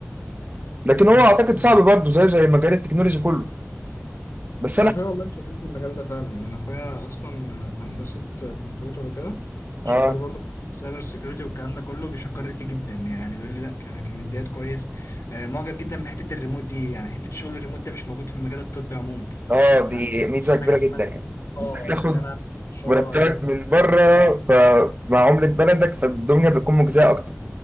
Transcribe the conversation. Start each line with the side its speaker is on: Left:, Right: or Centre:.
Right: لكن هو
Left: مم.
Right: اعتقد صعب برضه زيه زي مجال التكنولوجي كله بس
Left: انا
Right: انا
Left: اخويا والله شغال في المجال ده فعلا يعني انا اخويا اصلا في هندسه كمبيوتر وكده شغال
Right: اه
Left: برضه في السايبر سيكيورتي والكلام ده كله بيشكر لي فيه جدا يعني بيقول لي لا ك- كماديات كويس آه، معجب جدا بحته الريموت دي يعني حته شغل الريموت ده مش موجود في المجال الطبي عموما
Right: اه
Left: ما
Right: دي
Left: ما
Right: ميزه
Left: فيش
Right: كبيره
Left: حاجه اسمها
Right: جدا يعني
Left: اه
Right: انت بتاخد
Left: ان انا اعمل استشاره
Right: مرتبك
Left: ريموت
Right: من بره
Left: آه.
Right: فمع عمله بلدك فالدنيا بتكون مجزيه اكتر